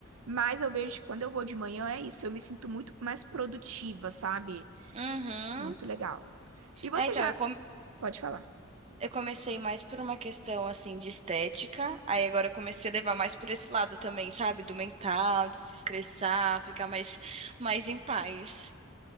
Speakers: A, on the right (about 85°); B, on the right (about 30°).
A: mas eu vejo que quando eu vou de manhã é isso, eu me sinto muito mais produtiva, sabe?
B: Uhum.
A: Muito legal. E você
B: É, então,
A: já
B: eu
A: pode falar.
B: Eu comecei mais por uma questão assim de estética, aí agora eu comecei a levar mais por esse lado também, sabe? Do mental, de se estressar, ficar mais, mais em paz.